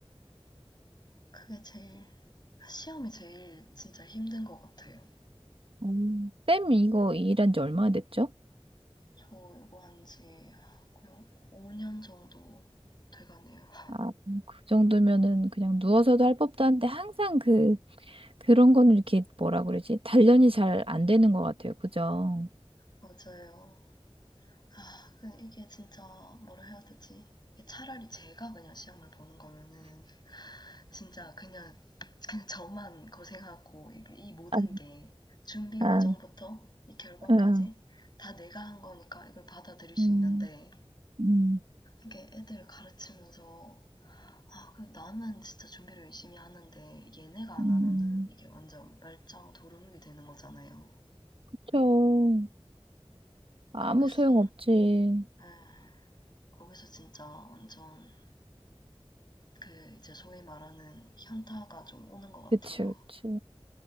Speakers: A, on the left; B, on the right.
A: 그게 제일 시험이 제일 진짜 힘든 것 같아요.
B: 음, 쌤 이거 일한 지 얼마나 됐죠?
A: 저 요거 한지 그냥 5년 정도 돼가네요. <laughs>
B: 아, 그 정도면은 그냥 누워서도 할 법도 한데 항상 그 그런 거는 이렇게 뭐라 그러지? 단련이 잘 안 되는 것 같아요. 그죠?
A: 맞아요. 아, 근데 이게 진짜 뭐라 해야 되지? 이게 차라리 제가 그냥 시험을 보는 거면은 진짜 그냥 그냥 저만 고생하고 이, 이 모든
B: 아,
A: 게 준비
B: 아,
A: 과정부터 이 결과까지
B: 아.
A: 다 내가 한 거니까 이걸 받아들일 수
B: 음,
A: 있는데
B: 음,
A: 이게 애들 가르치면서 아, 그 나는 진짜 준비를 열심히 하는데 얘네가 안
B: 음.
A: 하면은 이게 완전 말짱 도루묵이 되는 거잖아요.
B: 그쵸. 아무
A: 거기서
B: 소용 없지.
A: 예, 거기서 진짜 완전 그 이제 소위 말하는 현타가 좀 오는 것 같아요.
B: 그치, 그치.